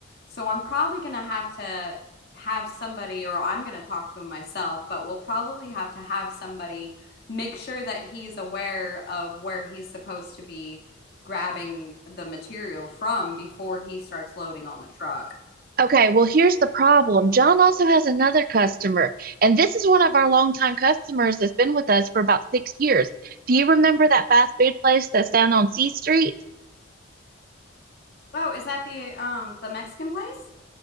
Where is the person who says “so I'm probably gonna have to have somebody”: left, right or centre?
Left